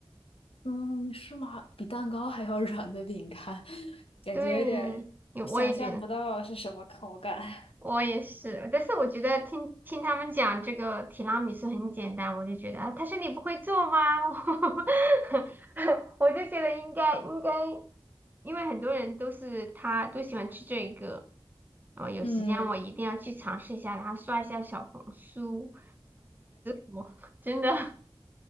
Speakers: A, on the left; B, on the right.
A: 嗯，是吗？比蛋糕还要软的饼干，<laughs> 感觉有点想象不到是什么口感。
B: 对，也我也觉得。
A: <laughs>
B: 我也是，但是我觉得听听他们讲这个提拉米苏很简单，我就觉得啊，他说你不会做吗？<laughs> 我就觉得应该应该，因为很多人都是他都喜欢吃这个，哦，有时间我一定要去尝试一下，
A: 嗯，
B: 然后刷一下小红书，我真的